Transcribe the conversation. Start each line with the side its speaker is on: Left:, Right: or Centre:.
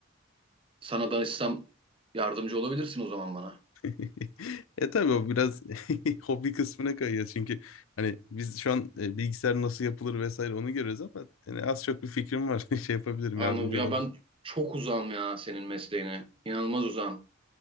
Right: sana danışsam yardımcı olabilirsin o zaman bana.
Left: <laughs> E tabii o biraz <laughs> hobi kısmına kayıyor çünkü hani biz şu an e, bilgisayar nasıl yapılır vesaire onu görüyoruz ama yani az çok bir fikrim var <laughs> şey yapabilirim
Right: Anladım.
Left: yardımcı
Right: Ya ben çok uzağım ya senin mesleğine. İnanılmaz uzağım.